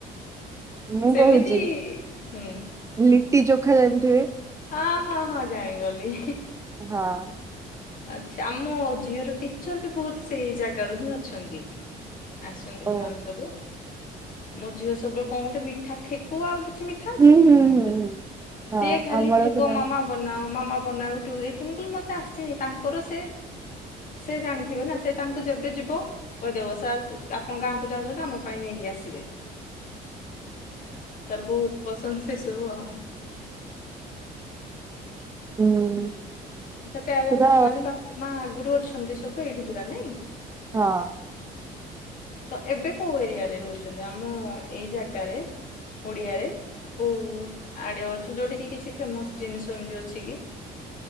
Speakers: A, on the right; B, on the left.
A: ମୁଁ
B: ସେମିତି
A: କହୁଛି
B: ହୁଁ
A: ଲିଟି ଜୋଖା ଜାଣିଥିବେ?
B: ହଁ ହଁ ହଁ ଜାଣିଗଲି।
A: ହଁ।
B: ଆଚ୍ଛା ଆମ ଝିଅର ଟିଚର ବି ବହୁତୁ ସେଇ ଜାଗାରୁ ହିଁ ଅଛନ୍ତି। ଆସନ୍ତି
A: ଓ
B: ସେମାନେ ସବୁ ମୋ ଝିଅ ସବୁବେଳେ କଣ ଗୋଟେ ମିଠା ଠେକୁ ଆଉ କିଛି ମି ଠା ଅଛି
A: ହୁଁ
B: କି
A: ହୁଁ
B: ତମ
A: ହୁଁ
B: ସେଠି
A: ହୁଁ। ହଁ
B: ସିଏ ଖାଲି
A: ଆମର
B: ଠେକୁଆ
A: ସେ ହଁ
B: ମାମା
A: ହଁ
B: ବନାଅ ମାମା ବନାଅ ଯୁଟ୍ୟୁବୁ ଦେଖି ମୁଁ କିହିଲି ମତେ ଆସିନି। ତାଙ୍କର ସେ ସେ ଜାଣିଥିବ ନା ସେ ତାଙ୍କୁ ଯେବେ ଯିବ କହିଦବ ସାର୍ ଆ ଆପଣ ଗାଁକୁ ଯାଉଚନ୍ତି ତ ଆମ ପାଇଁ ନେଇକି ଆସିବେ ତାର ବହୁତୁ ପସନ୍ଦ ସେ ସବୁ ଆଉ।
A: ହୁଁ।
B: ତୋ ପ୍ୟାରେଣ୍ଟ
A: ସେଟା
B: ମାନେ ବାପା ମା ଆଗୁରୁ ଅଛନ୍ତି ସବୁ ଏଠି ପୁରା ନାଇଁ?
A: ହଁ।
B: ତ ଏବେ କୋଉ ଏରିଆରେ ରହୁଚନ୍ତି ଆମ ଏଇ ଜାଗାରେ? ଓଡିଆରେ କୋଉ ଆଡ଼େ ଅଛ ଯୋଉଠିକିି କିଛି ଫେମସ୍ ଜିନିଷ ଏମିତି ଅଛି କି?